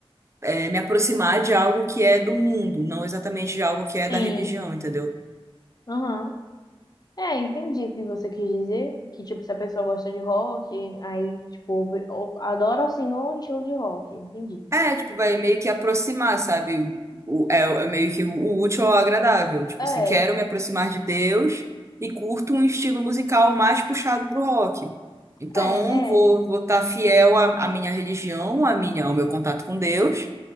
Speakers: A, on the right; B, on the left.
A: eh, me aproximar de algo que é do mundo, não exatamente de algo que é da
B: Sim.
A: religião, entendeu?
B: Aham. É, entendi o que você quis dizer. Que, tipo, se a pessoa gosta de rock, aí, tipo, ob- ob- adora assim, o senhor em estilo de rock. Entendi.
A: É, tipo, vai meio que aproximar, sabe? O- é, é meio que o útil ao agradável. Tipo
B: É,
A: assim, quero me aproximar de Deus e curto um estilo musical mais puxado pro rock. Então,
B: é,
A: vou
B: é.
A: vou estar fiel à, à minha religião, à minha, ao meu contato com Deus